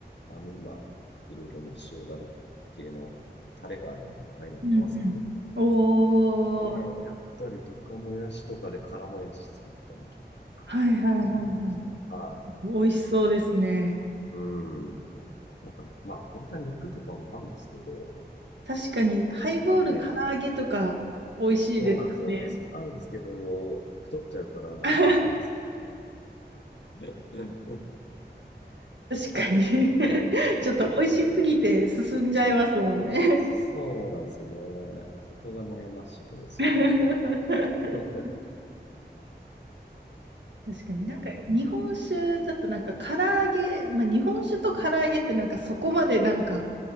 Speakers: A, on the left; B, on the right.
A: あの、今、いろいろね、塩だれ系のタレがあるんで、ああいうのと合わせて、
B: うんうん。おー、
A: うん、やったりとか、もやしとかで辛もやし作ったりとか、
B: はいはいはいはい。
A: そんな感じです。はい。
B: 美味しそうですね。
A: うん。なんか、まあ、本当は肉とかも合うんですけど、
B: 確かに、ハイボール、
A: ね
B: 唐揚げとか、美味しいですよね。
A: そうなんですよ。下がるんですけど、太っちゃうから、
B: <laughs> 確
A: あんまりそう。うん。
B: かに <laughs> ちょっと美味しすぎて進んじゃいますもんね
A: そうなんですよね。そうなんですよね。そこが悩ましいところですよね。
B: <laughs> 確
A: <laughs>
B: かになんか日本酒だとなんか唐揚げ、
A: うん。
B: まあ、日本酒と唐揚げってなんかそこまでなんか